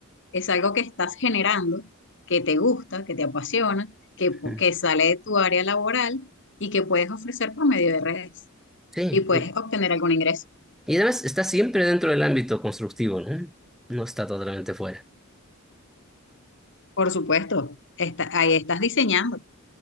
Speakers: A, on the left; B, in the centre.
A: es algo que estás generando, que te gusta, que te apasiona, que, pu-
B: Ujú.
A: que sale de tu área laboral y que puedes ofrecer por medio de redes
B: Sí.
A: y puedes
B: Y,
A: obtener algún ingreso.
B: y además está siempre dentro del ámbito constructivo, ¿no? No está totalmente fuera.
A: Por supuesto, está, ahí estás diseñando